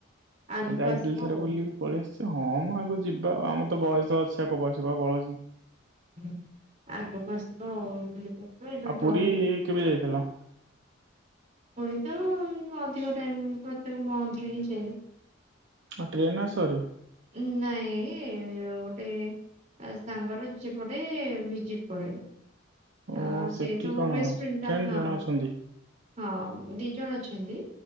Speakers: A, on the right (about 40°); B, on the right (about 65°).
A: ଆଗକୁ
B: ଯାଇଥିଲି
A: ଆସିବ
B: ଥରେ
A: ଆଉ
B: ବୁଲିକି ପଳେଇ ଆସିଛି। ସେ ହଁ ମ ଆଗକୁ ଯିବା, ଆଉ ଆମର ତ ବୟସ ଅଛି ଆ କୋଉ ବୟସ କଣ ପଳଉଛି କି?
A: <inaudible> ଆଗକୁ ଆସିବ ଆଉ <unintelligible>
B: ଆଉ ପୁରୀ
A: ରହିଲେ
B: କେବେ ଯାଇଥିଲ?
A: ହୁଏ ତ ଅଧିକ ଟାଇମ ପ୍ରତ୍ୟେକ ମନ୍ଥରେ ହିଁ ଯାଏ।
B: ହଁ ଟ୍ରେନରେ ଆସ ଭାରି?
A: ଉଁ ନାଇଁ ଅ ଗୋଟେ ତା ସାଙ୍ଗର ଚେପଟେ ବିଜିଟ୍ ପଡେ।
B: ଓ
A: ଆଁ ସେ
B: ସେଠି
A: ତ ମୋ
B: କଣ
A: ବେଷ୍ଟଫ୍ରେଣ୍ଡଟା।
B: ଫ୍ରେଣ୍ଡ
A: ହଁ
B: ଜଣେ ଅଛନ୍ତି।
A: ହଁ, ଦି ଜଣ ଅଛନ୍ତି।